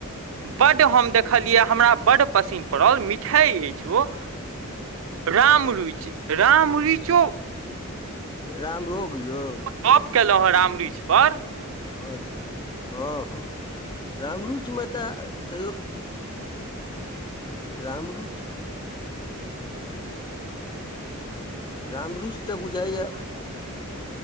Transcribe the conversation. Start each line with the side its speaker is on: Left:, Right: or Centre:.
Right: बड्ड हम देखलियै हमरा बड्ड पसिन् पड़ल मिठाइ अछि ओ रामरुइच रामरुइचो
Left: रामभोग यौ
Right: गप केलहुँ हँ रामरुइच पर
Left: अच्छा हँ हँ रामरुइच में तऽ तैयो रामरुच रामरुच तऽ बुझाइये